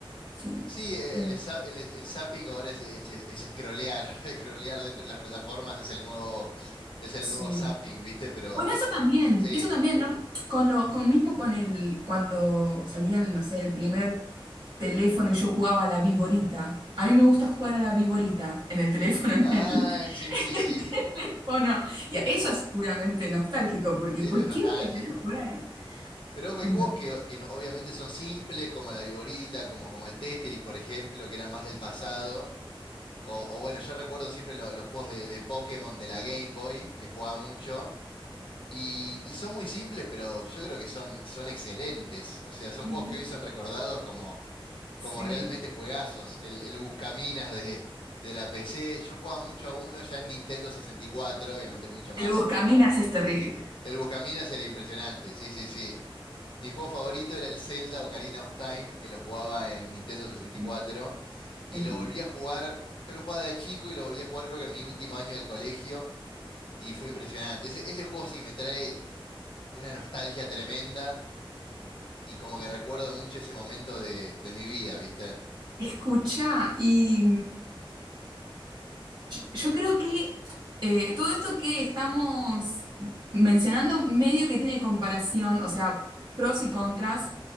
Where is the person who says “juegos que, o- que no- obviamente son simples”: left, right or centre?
Left